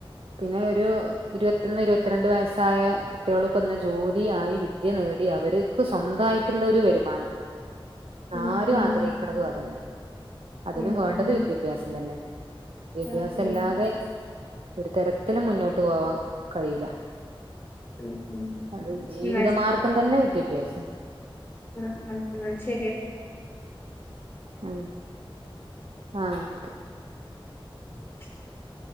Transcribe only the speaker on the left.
ഉം ഉം
ഉം
ഉം
ഉം ഉം
ഉം ഉം ഉം
എന്നാ
ഉംഉം എന്നാ ശരിയടി
<inaudible>